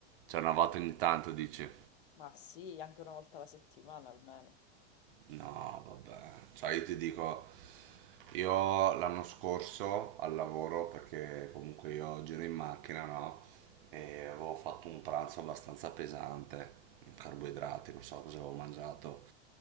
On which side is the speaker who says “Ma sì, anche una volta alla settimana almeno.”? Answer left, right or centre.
Left